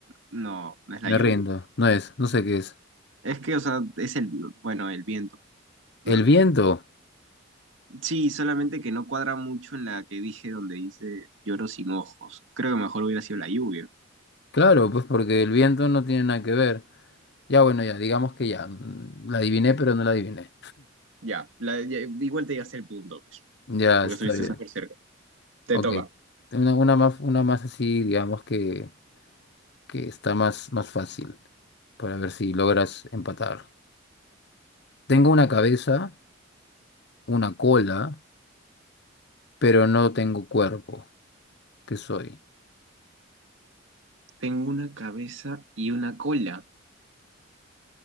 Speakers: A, on the right; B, on the left.
A: no, no es la
B: Me
A: lluvia.
B: rindo. No es, no sé qué es.
A: Es que, o sea, es el, bueno, el viento. <clears throat>
B: El viento.
A: Sí, solamente que no cuadra mucho en la que dije donde dice lloro sin ojos. Creo que mejor hubiera sido la lluvia.
B: Claro, pues porque el viento no tiene nada que ver. Ya, bueno, ya, digamos que ya. mm, La adiviné, pero no la adiviné.
A: Ya, la- ya, igual te llegaste el punto, pues,
B: Ya,
A: porque
B: está
A: estuviste
B: bien.
A: Ya. súper cerca. Te
B: Ok.
A: toca.
B: Una, una más, una más así, digamos que, que está más, más fácil. Para ver si logras empatar. Tengo una cabeza, una cola, pero no tengo cuerpo. ¿Qué soy?
A: Tengo una cabeza y una cola,